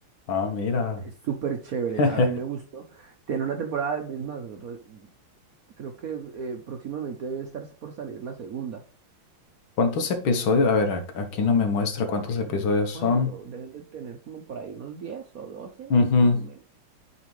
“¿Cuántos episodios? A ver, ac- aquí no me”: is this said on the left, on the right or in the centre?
Left